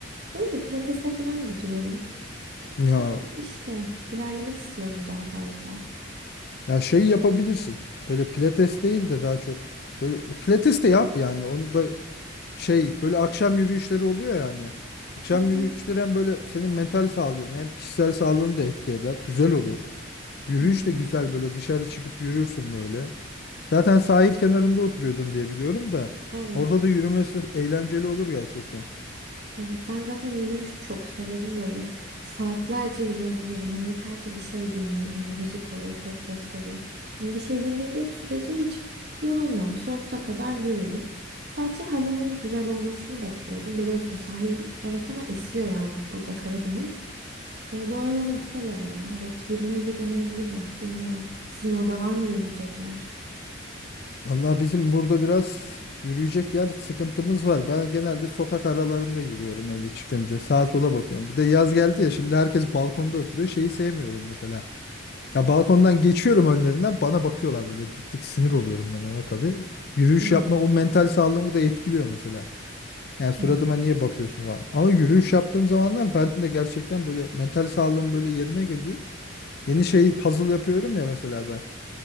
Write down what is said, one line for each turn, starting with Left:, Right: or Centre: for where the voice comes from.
Right: Öyle pilatese falan gidiyorum.
Left: Ya
Right: Ya Ama işte ilerlemek istiyorum daha fazla.
Left: ya şey yapabilirsin. Böyle pilates değil de daha çok böyle pilates de yap yani onu da Şey böyle akşam yürüyüşleri oluyor yani. Akşam
Right: Hı hı.
Left: yürüyüşleri hem böyle senin mental sağlığını hem kişisel sağlığını da etki eder. Güzel olur. Yürüyüş
Right: Hmm.
Left: de güzel böyle dışarı çıkıp yürürsün böyle. Zaten sahil kenarında oturuyordun diye biliyorum da.
Right: Evet.
Left: Orada da yürümesi eğlenceli olur gerçekten.
Right: Evet ben zaten yürüyüş çok severim böyle saatlerce yürüyebilirim hani yeter ki bir şey dinleyeyim hani müzik olur podcast olur hani bir şey dinlediğim sürece hiç yorulmam sonsuza kadar yürürüm sadece havanın güzel olmasını bekliyordum biliyorsun sahil evet ama esiyor yani burada Karadeniz E, bu aralar güzel hava ya evet yürümeyi de deneyebilirim bilmiyorum sizin orada var mı yürüyecek yer?
Left: Vallahi bizim burada biraz yürüyecek yer sıkıntımız var. Ben genelde sokak aralarında yürüyorum öyle çıkınca. Sağa sola bakıyorum. Bir de yaz geldi ya şimdi herkes balkonda oturuyor. Şeyi sevmiyorum mesela. Ya balkondan geçiyorum önlerinden bana bakıyorlar böyle dik dik sinir oluyorum ben ona tabii. Yürüyüş
Right: Hmm,
Left: yapma o mental sağlığımı da etkiliyor mesela. Yani suratıma
Right: hmm.
Left: niye bakıyorsun falan. Ama yürüyüş yaptığım zamanlar ben de gerçekten böyle mental sağlığım böyle yerine geliyor. Yeni şey puzzle yapıyorum ya mesela ben.